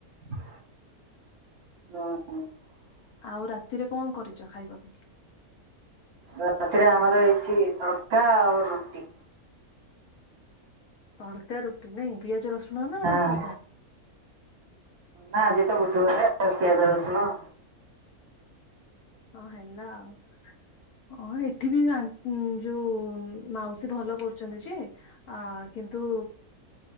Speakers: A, on the right; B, on the left.
A: ହଁ ହଁ।
B: ଆଉ ରାତିରେ କଁ କରିଛ ଖାଇବାକୁ?
A: ରାତିରେ ଆମର ହେଇଛି ତଡକା ଆଉ ରୁଟି।
B: ତଡ଼କା ରୁଟି ନାଇଁ ପିଆଜ ରସୁଣ ନା
A: ହଁ।
B: ସାଧା
A: ନା ଆଜି ତ ବୁଧୁବାରେ ଆଉ ପିଆଜ ରଶୁଣ
B: ହଁ ହେଲା ଆଉ ଅଁ ଏଠି ବି ଉଁ ଯୋଉ ମାଉସୀ ଭଲ କରୁଛନ୍ତି ଯେ, ଆ କିନ୍ତୁ